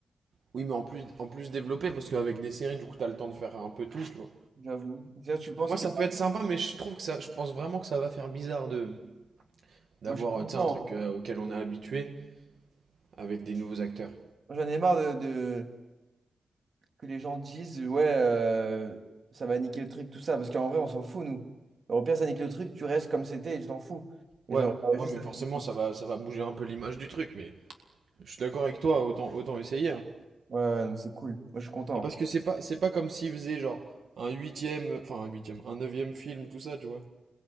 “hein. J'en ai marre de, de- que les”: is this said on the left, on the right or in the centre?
Right